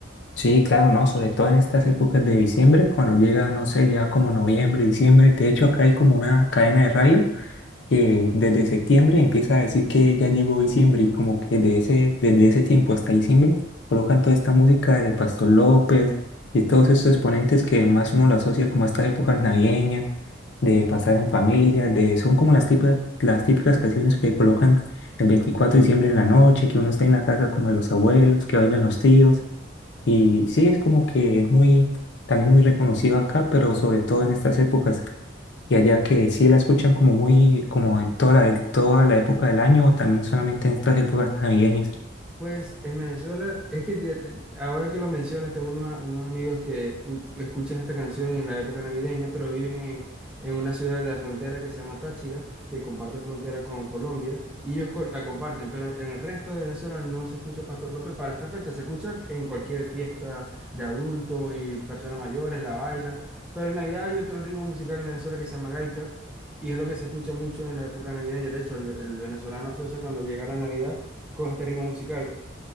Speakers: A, on the left (about 65°); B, in the centre.
A: sí, claro, no, sobre todo en estas épocas de diciembre, cuando llega, no sé, ya como noviembre, diciembre, de hecho acá hay como una cadena de radio que desde septiembre empieza a decir que ya llegó diciembre y como que de ese, desde ese tiempo hasta diciembre colocan toda esta música de Pastor López y todos estos exponentes que más uno lo asocia como a estas épocas navideñas, de pasar en familia, de, son como las típicas, las típicas canciones que colocan el 24 de diciembre en la noche, que uno está en la casa como de los abuelos, que bailan los tíos y sí, es como que es muy, también muy reconocido acá, pero sobre todo en estas épocas. Y allá que sí la escuchan como muy, como en toda la, toda la época del año o también solamente en estas épocas navideñas.
B: Pues en Venezuela, es que de- de- ahora que lo mencionas, tengo unos, unos amigos que ut- escuchan esta canción en la época navideña, pero viven en, en una ciudad de la frontera que se llama Táchira, que comparte frontera con Colombia, y ellos co- la comparten, pero en el resto de Venezuela no se escucha Pastor López para esta fecha, se escucha en cualquier fiesta de adultos y personas mayores, la bailan, pero en Navidad hay otro ritmo musical en Venezuela que se llama gaita, y es lo que se escucha mucho en la época navideña, de hecho el el venezolano asocia cuando llega la Navidad con este ritmo musical,